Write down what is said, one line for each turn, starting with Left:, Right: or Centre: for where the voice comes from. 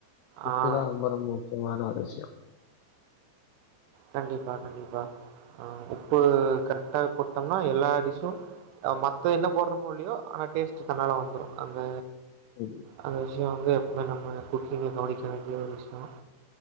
Left: உப்பு
Right: ஆ.
Left: தா ரொம்ப ரொம்ப முக்கியமான ஒரு விஷ்யோ
Right: கண்டிப்பா கண்டிப்பா ஆ உப்பு கரெக்டா போட்டம்னா எல்லா டிஷ்ஷு அ மத்த என்ன போட்றோமோ இல்லையோ ஆனா டேஸ்ட்டு தன்னால வந்துரு அந்த
Left: ம்.
Right: அந்த விஷ்யோ வந்து எப்மே நம்ம குக்கிங்ல கவனிக்க வேண்டிய ஒரு விஷ்யோ